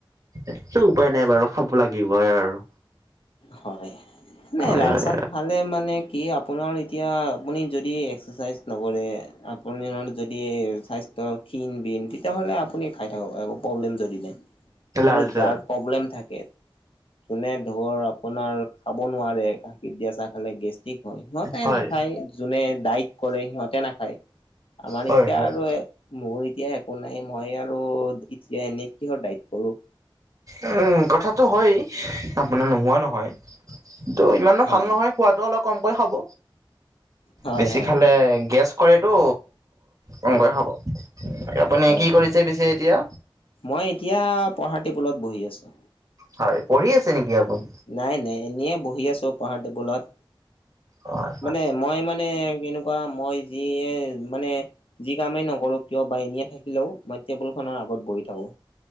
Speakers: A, on the right (about 40°); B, on the left (about 80°).
A: এটো উপায় নাই বাৰু খাব লাগিব হয় আৰু।
B: হয় নাই
A: হয়
B: লাল
A: হয়
B: চা ভালে মানে কি আপোনাৰ এতিয়া আপুনি যদি এক্সাৰচাইজ নকৰে। আপুনি যদি স্বাস্থ্য ক্ষীণ বিণ তেতিয়া হ'লে আপুনি খাই থাকক একৌ প্ৰব্লেম যদি নাই।
A: লাল
B: আৰু
A: চাহ
B: যাৰ প্ৰব্লেম থাকে যোনে ধৰ আপোনাৰ খাব নোৱাৰে গাখীৰ দিয়া চাহ খালে গেষ্ট- হয় সিহঁতে
A: হয়
B: নাখায় যোনে ডাইট কৰে সিহঁতে নাখায়। আমাৰ
A: হয়
B: এতিয়া
A: হয়
B: আৰু মোৰ এতিয়াই কোন নাই মই আৰু এতিয়া এনেই কিহৰ ডাইট কৰোঁ।
A: উম কথাটো হয়, আপোনাৰ নোহোৱা নহয়। ত' ইমানো
B: হয়,
A: ভাল নহয় খোৱাটো অলপ কমকৈ খাব।
B: হয়,
A: বেছি
B: হয়,
A: খালে গেছ কৰেটো কমকৈ
B: হয়,
A: খাব আপুনি
B: হয়,
A: কি
B: হয়।
A: কৰিছে পিছে এতিয়া
B: মই এতিয়া পহাতি পোলত বহি আছোঁ।
A: হয় পঢ়ি আছে নেকি আপুনি?
B: নাই নাই এনে বহি আছো পঢ়াৰ টেবুলত,
A: হয় হয়
B: মানে মই মানে কেনেকুৱা মই যিয়ে মানে যি কামেই নকৰো কিয় বা এনেয়েই থাকিলেও মই টেবুলখনৰ আগত বহি থাকোঁ।